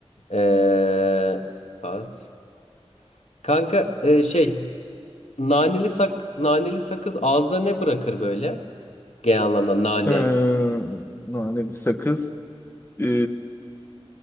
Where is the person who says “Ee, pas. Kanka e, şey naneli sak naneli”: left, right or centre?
Left